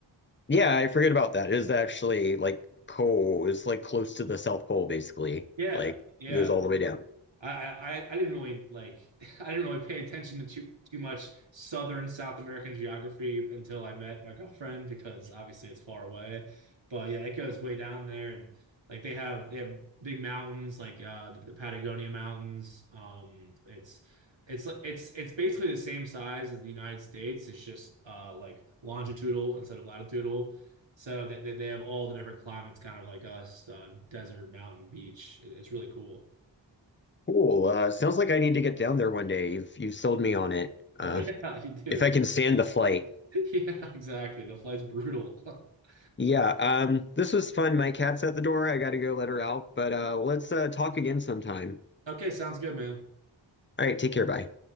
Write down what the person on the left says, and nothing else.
Yeah, I forget about that. It is actually like pole. It's like close to the South Pole, basically.
Like
goes all the way down.
Cool. Uh, sounds like I need to get down there one day. You've you've sold me on it. Uh,
if I can
stand the flight.
Yeah, um, this was fun. My cat's at the door. I gotta go let her out, but uh, let's uh, talk again sometime.
All right, take care. Bye.